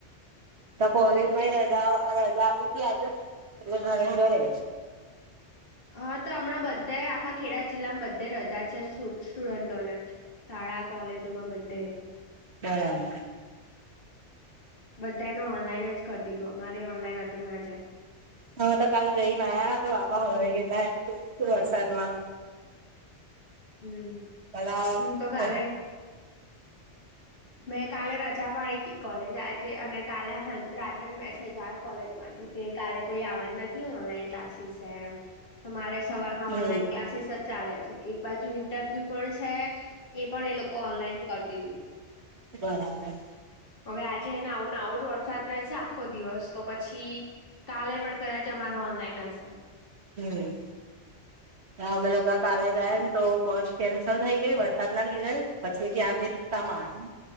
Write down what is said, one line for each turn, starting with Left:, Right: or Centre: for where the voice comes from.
Right: તો કોલેજમાં રજા
Left: ખા
Right: રજા આપી ત આજે એ કે ઘરે ઘરે
Left: હા તો હમણાં બધા આખા ખેડા જિલ્લામાં બધા રજા છે, સ્ટુડન્ટોને. શાળા કોલેજો માં બધે.
Right: બરાબર
Left: બધાને ઓનલાઈન જ કરી દીધું. અમારે ઓનલાઈન હતું આજે.
Right: હા તો જઈને આવ્યા તો <unintelligible> વરસાદમાં
Left: હમ્મ
Right: ભલા
Left: હું તો કાલે મેં કાલે રજા પાડી હતી કોલેજ આજે અને કાલે રાત્રે મેસેજ આવ્યો કોલેજ માં કે કાલે કોઈ આવવા નથી ઓનલાઈન ક્લાસીસ છેમ. તમારે સવારના
Right: હમ
Left: ઓનલાઈન ક્લાસીસ જ ચાલે છે, એક બાજુ ઇન્ટરવ્યુ પણ છે, એ પણ એ લોકો ઓનલાઈન કરી દીધું.
Right: બરાબર
Left: હવે આજે એને આવોને આવો જ વરસાદ રહેશે આખો દિવસ તો પછી કાલે પણ કદાચ અમારો ઓનલાઇન હશે
Right: હમ્મ
Left: <inaudible>
Right: હા અમે લોકો કાલે ગયા તો બસ કેન્સલ થઈ ગઈ વરસાદ ના પછી ત્યાં થઈ તમારે